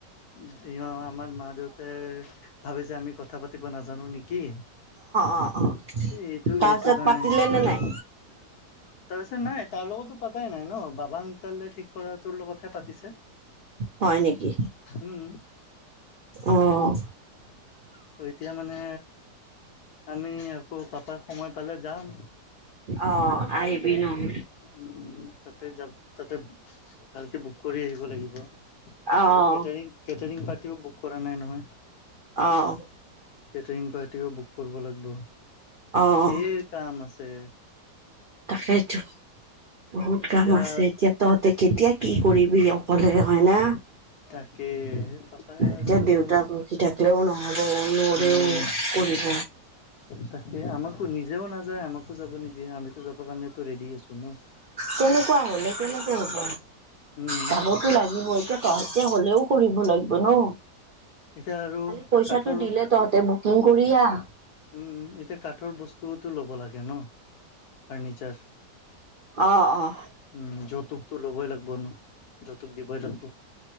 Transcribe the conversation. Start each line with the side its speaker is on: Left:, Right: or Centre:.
Left: <unintelligible> আমাক মা-দেউতাই ভাবে যে আমি কথা পাতিব নাজানোঁ, নেকি?
Right: অ', অ'।
Left: এইটো,
Right: তাৰপিছত
Left: এইটো কাৰেন্ট
Right: পাতিলে নে নাই?
Left: তাৰপিছত নাই। তাৰ লগতো পাতাই নাই ন'? বাবা আংকলে ঠিক কৰা তোৰ লগতহে পাতিছে।
Right: হয় নেকি?
Left: উম
Right: অ'!
Left: ত' এতিয়া মানে, আমি আকৌ, পাপাক সময় পালে যাম।
Right: অ', আহিবি ন'?
Left: উম, তাতে যা, তাতে ভালকে বুক কৰি আহিব লাগিব।
Right: অ',
Left: আৰু কেটাৰিং, কেটাৰিং পাৰ্টিও বুক কৰা নাই নহয়।
Right: অ'!
Left: কেটাৰিং পাৰ্টিও বুক কৰিব লাগিব।
Right: অ',
Left: ধেৰ কাম আছে!
Right: তাকেইেতো বহুত কাম
Left: এতিয়া
Right: আছে! এতিয়া তহঁতে কেতিয়া কি কৰিবি অ'? কলে হে হয় না,
Left: তাকে পাপাই আৰু
Right: এতিয়া দেউতাক
Left: কি
Right: ৰখি
Left: কম
Right: থাকিলেও নহব নৰেও
Left: উম,
Right: কৰিব
Left: তাকে আমাকো নিজেও নাযায়, আমাকো যাব নিদিয়ে আমা তো যাব কাৰনেটো ৰেডি আছো ন?
Right: তেনেকুৱা হলে কেনেকে হব?
Left: উম,
Right: যাবতো লাগিব, এতিয়া তহঁত তেতিয়া হ'লেও কৰিব লাগিব ন?
Left: এতিয়া আৰু
Right: খালি পইচাটো
Left: কাঠৰ
Right: দিলে তহঁতে বুকিং কৰি আহ
Left: উম, উম এতিয়া কাঠৰ বস্তুওতো ল'ব লাগে ন। ফাৰ্নিচাৰ
Right: অ', অ',
Left: উম, যৌতুকটো ল'বই লাগব ন, যৌতুক দিবই লাগব